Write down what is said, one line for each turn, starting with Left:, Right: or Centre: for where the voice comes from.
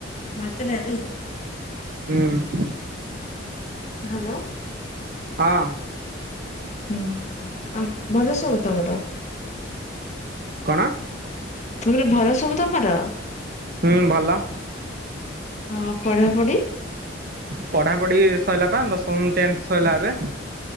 Left: ଭାତ ଡାଲି
Right: ହୁଁ।
Left: ହାଲୋ।
Right: ହଁ।
Left: ହୁଁ ଆଉ ଭଲ ସବୁ ତମର?
Right: କଣ?
Left: ମୁଁ କହିଲି ଭଲ ସବୁ ତମର?
Right: ହୁଁ ଭଲ।
Left: ଆଉ ପଢାପଢି?
Right: ପଢାପଢି ସଇଲା ପା ଦଶମ୍ ଟେନ୍ଥ ସଇଲା ଏବେ।